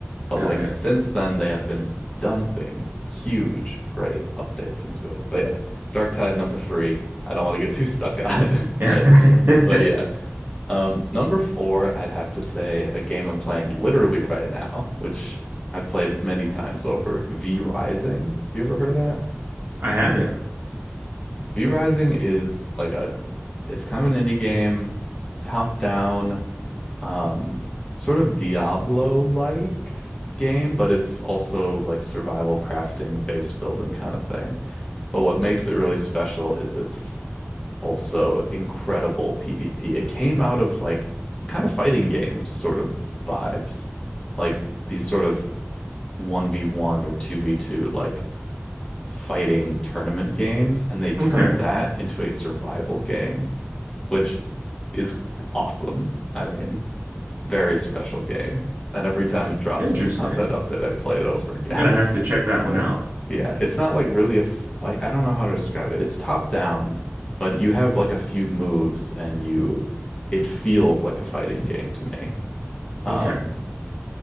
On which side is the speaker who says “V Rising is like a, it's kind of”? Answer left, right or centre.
Left